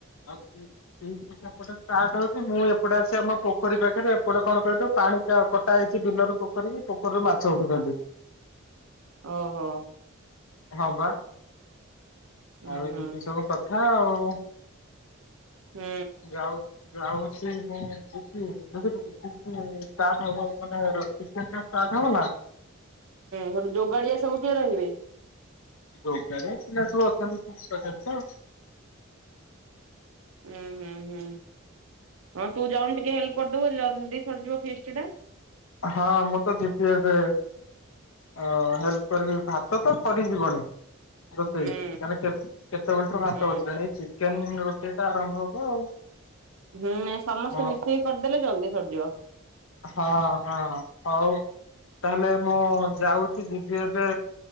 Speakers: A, on the left; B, on the right.
A: ଠିକ ସେପଟେ ଷ୍ଟାର୍ଟ ହଉଛି ମୁଁ ଏପଟେ ଆସି ଆମ ପୋଖରୀ ପାଖରେ ଏପଟେ କଣ କହିଲୁ ପାଣି ଟା କଟା ହେଇଚି। ସେ ବିଲରୁ ପୋଖରୀ କି ପୋଖରୀରୁ ମାଛ ଉଠୁଛନ୍ତି।
B: ଓହୋ।
A: ହଁ ବା
B: ହୁଁ
A: ଆଉ ଏମିତି
B: ହୁଁ
A: ସବୁ କଥା ଆଉ।
B: ହୁଁ।
A: ଯାଉ ଯାଉଛି ମୁଁ ଯିବି ବୁଝିଲୁକି ଷ୍ଟାଟ ହେବ ମାନେ ଚିକେନ ଟା ଷ୍ଟା ଷ୍ଟାଟ ହେବନା।
B: ହୁଁ ଯୋଗାଡିଆ ସବୁ କିଏ ରହିବେ?
A: ଯୋଗାଡିଆ ପିଲା ସବୁ ଅଛନ୍ତି ପାଖରେ ତ
B: ହୁଁ ହୁଁ ହୁଁ ହଁ ତୁ ଯାଉନ ଟିକେ ହେ କରିଦବୁ ଜଲ୍ଦି ସରିଯିବ ଫିଷ୍ଟ ଟା।
A: ହଁ ମୁଁ ତ ଜିତି ଅ ହେଲ୍ପ କରିବି ଭାତ ତ ସରିଯିବଣି। ରୋଷେଇ
B: ହୁଁ
A: କା କେତେବେଳରୁ ଭାତ
B: ହୁଁ
A: ବସିଲାନି ଏଇ ଚିକେନ୍ ତ କେନ ଦିନ ରୋଷେଇ ଟା ଆରମ୍ଭ ହବ ଆଉ।
B: ହୁଁ ସମସ୍ତେ
A: ହଁ
B: ମିଶେଇି କରିଦେଲେ ଜଲ୍ଦି ସରିଯିବ।
A: ହଁ ହଁ ହଉ। ତାହେଲେ ମୁଁ ଯାଉଛି ଯିବି ଏବେ